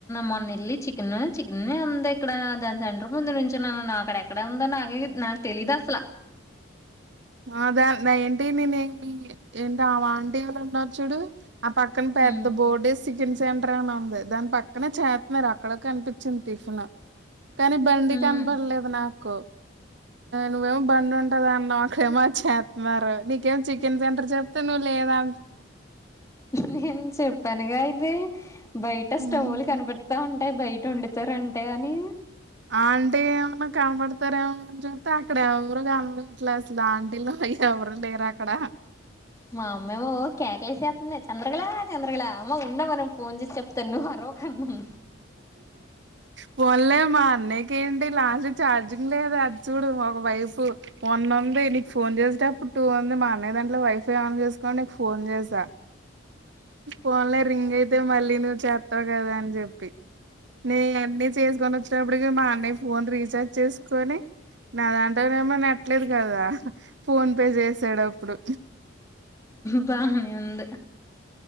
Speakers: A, on the left (about 15°); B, on the right (about 60°).
A: మొన్న నల్లి చికెన్ చికెన్ అ ఇక్కడ దాని సెంటర్ ముందు నుంచిున్నా నా అక్కడ <unintelligible> అక్కడ ఉందా నాగే నాకు తెలీదు అసలా
B: <inaudible> అదా ఏంటి నేనేమి ఏంట ఆంటీ ఎళ ఉన్నారు చూడు <unintelligible> ఆ పక్కన పెద్ద
A: ఉమ్
B: బోర్డీస్ టిఫిన్ సెంటర్ అని ఉంది దాని పక్కనే చేస్తున్నారు అక్కడ కనిపించింది టిఫిన్ కానీ బండి
A: ఉమ్
B: కనపడలేదు నాకు నువ్వేమో బండి ఉంటద అన్నవ్ ఇక్కేడేమో చేస్తున్నారు నీకేం చికెన్ సెంటర్ చెప్తే నువ్వు లేదా
A: నేను చెప్పానుగా ఇది బయట స్టవ్లు
B: ఉమ్.
A: కనపడతా ఉంటాయి బయట వండుతారంటే అని
B: ఆంటీ ఏమన్నా కనపడతారేమోని చూస్తతే అక్కడ ఎవరు కన అట్లే అసలు ఆంటీలో అయ <unintelligible> ఎవ్వరు లేరు అక్కడ
A: మా అమ్మేమో కేకలేసేస్తుంది చంద్రగలా చంద్రగళ అమ్మ ఉండమ్మా ఫోన్ చేసి చెప్తా నువ్ అరవకన్నాను
B: పోన్లే మా అన్నకి ఏంటి లాస్ట్ ఛార్జింగ్ లేదు అది చూడు ఒక వైపు వంద ఉంది నీకు ఫోన్ చేసేటప్పుడు టూ ఉంది మా అన్నయ్య దాంట్లో వైఫై ఆన్ చేసుకోని నీకు ఫోన్ చేసా ఫోన్ లో రింగ్ అయితే మళ్ళీ నువ్వు చేస్తావు కదా అని చెప్పి నే అన్నీ చేసుకొని వచ్చేటప్పటికి మా అన్నయ్య ఫోన్ రీచార్జ్ చేసుకొని నా దాంట్లోనేమో నెట్లేదు కదా ఫోన్ పే చేసాడప్పుడు
A: బ న ఉంది <unintelligible>